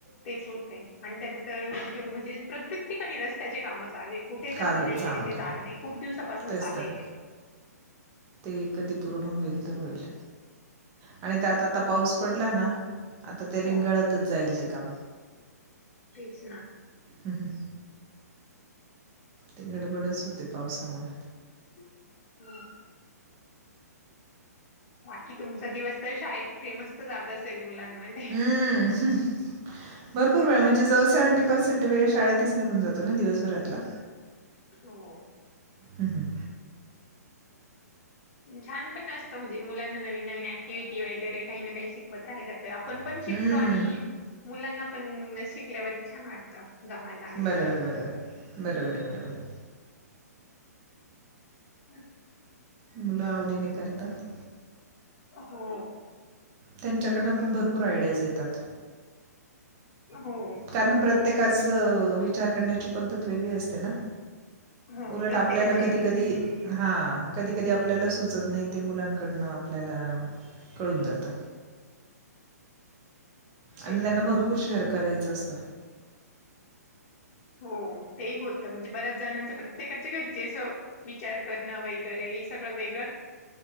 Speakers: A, on the left (about 40°); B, on the right (about 30°).
A: तेच होतय. आणि त्याच तर म्हणजे प्रत्येक ठिक आहे रस्त्याचे कामं चालले कुठे
B: कालच
A: असं नाही
B: आम्हाला
A: की तीथे चालू नाही. खूप दिवसापासूनच
B: तेच
A: चालले
B: तर
A: ते.
B: ते कधी पूर्ण होईल तेव्ह होईल. आणि त्यात आता पाऊस पडला ना. आता ते रिंगळतच
A: हो
B: जाईल ते काम.
A: तेच ना‌.
B: हम. ते गडबडच होते पावसामुळे.
A: <inaudible> बाकी तुमचा दिवस तर शाळेत फेमस तर जात असेल मुलांमध्ये.
B: ह ह. भरपूर वेळ म्हणजे जवळ सेव्हेंटी पर्सेंट वेळ शाळेतच निघून जातो ना दिवसभरातला‌
A: हो.
B: हं हं.
A: छान पण असतं म्हणजे मुलांना नवीन नवीन ऍक्टिव्हटी वगैरे काही ना काही शिक शिकवत राहल का, आपण पण
B: हम्म
A: शिकतो. आणि मुलांना पण शिकल्यावरती छान वाटत. जमायला लागलं
B: बर
A: की
B: बर बर बर बर बर बर बर
A: <unintelligible>
B: मुल आवडीने करतात.
A: हो
B: त्यांच्याकडन पण भरपूर आयडियाज येतात.
A: हो
B: कारण प्रत्येकाच विचार करण्याची पद्धत वेगळी असते ना.
A: हो
B: उलट
A: प्रत्येकाची
B: आपल्याला कधी कधी हा, कधी कधी आपल्याला सुचत नाही ते मुलांकडन आपल्याला कळून जात. आणि
A: तेच
B: त्यांना
A: ना
B: भरपूर शेअर करायच असत.
A: हो ते होत तर म्हणजे बऱ्याच जणांच, प्रत्येकाच्या घरचे अस विचार करण वगैरे हे सगळ वेगळ